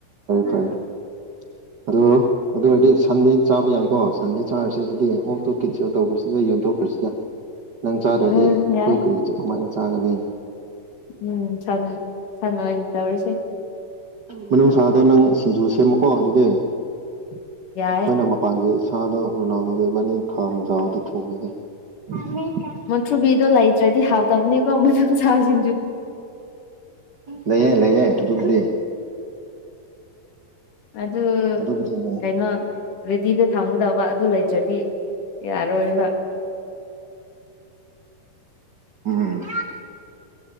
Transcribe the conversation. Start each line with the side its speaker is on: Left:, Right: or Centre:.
Right: ꯐꯔꯦ <unintelligible> ꯑꯗꯨ ꯑꯗꯨ ꯑꯣꯏꯔꯗꯤ ꯁꯟꯗꯤ ꯆꯥꯕ ꯌꯥꯏꯀꯣ ꯁꯟꯗꯤ ꯆꯥꯔꯁꯦ ꯑꯗꯨꯗꯤ ꯑꯣꯛ ꯇꯨ ꯀꯦꯟꯁꯦꯜ ꯇꯧꯈ꯭ꯔꯁꯤꯗ ꯌꯣꯟꯊꯣꯛꯈ꯭ꯔꯁꯤꯗ ꯅꯪ ꯆꯥꯗ꯭ꯔꯗꯤ
Left: ꯎꯝ
Right: ꯑꯩꯈꫭꯏ
Left: ꯌꯥꯏ
Right: ꯀ꯭ꯔꯨꯏ <unintelligible> ꯁꯤ ꯀꯨꯃꯥꯏ ꯆꯒꯅꯤ
Left: ꯎꯝ ꯁꯟ ꯑꫭꯏ ꯁꯟ ꯑꯣꯏ ꯇꯧꯔꯁꯤ
Right: ꯃꯅꯨꯡꯁꯥꯗꯣ ꯅꯪ ꯁꯤꯡꯖꯨ ꯁꯦꯝꯃꯨꯀꯣ ꯑꯗꯨꯗꯤ ꯑꯩꯈꯣꯏꯅ
Left: ꯌꯥꯏ
Right: ꯃ ꯃꯄꯥꯟꯒꯤ ꯁꯥꯗꯣ ꯔꯣꯅꯥꯜꯗꯣꯒ ꯏꯕꯥꯅꯤ ꯈꯥꯡꯖꯥꯎꯗ ꯊꯣꯡꯂꯒꯦ ꯑ <unintelligible>
Left: ꯃꯨꯛꯊ꯭ꯔꯨꯕꯤꯗꯣ ꯂꯩꯇ꯭ꯔꯗꯤ ꯍꯥꯎꯇꯕꯅꯤꯀꯣ ꯃꯅꯨꯡ ꯁꯥꯁꯤ
Right: ꯂꯩꯌꯦ ꯂꯩꯌꯦ ꯑꯗꯨꯕꯨꯗꯤ
Left: ꯑꯗꯨ
Right: ꯑꯗꯨꯕꯨꯗꯤ ꯂꯩꯌꯦ
Left: ꯀꯩꯅꯣ ꯔꯦꯗꯤꯗ ꯊꯝꯒꯨꯗꯕ ꯑꯗꯨ ꯂꯩꯇ꯭ꯔꯗꯤ ꯌꯥꯔꯣꯏꯕ
Right: ꯎꯝ